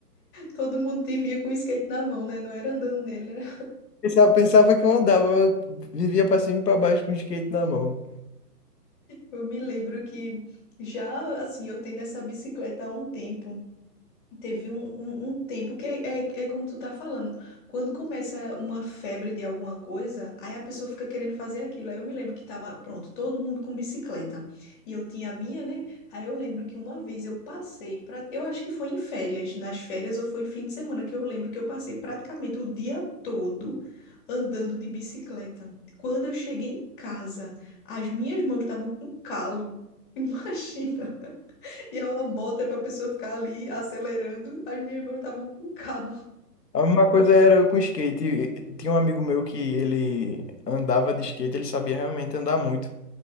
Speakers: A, on the left (about 30°); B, on the left (about 75°).
A: Todo mundo te via com o skate na mão, né? Não era andando nele, né?
B: Pensava, pensava que eu andava, eu vivia pra cima e pra baixo com o skate na mão.
A: Eu me lembro que já, assim, eu tenho essa bicicleta há um tempo. Teve um, um, um tempo que é, é, é como tu tá falando. Quando começa uma febre de alguma coisa, aí a pessoa fica querendo fazer aquilo. Aí eu me lembro que tava, pronto, todo mundo com bicicleta. E eu tinha a minha, né? Aí eu lembro que uma vez eu passei pra, eu acho que foi em férias, nas férias ou foi em fim de semana, que eu lembro que eu passei praticamente o dia todo andando de bicicleta. Quando eu cheguei em casa, as minhas mãos estavam com calo. <laughs> Imagina. E eu uma bota pra pessoa ficar ali acelerando. As minhas irmãs estavam com <laughs> calo.
B: A mesma coisa era com skate. Tinha um amigo meu que ele andava de skate, ele sabia realmente andar muito.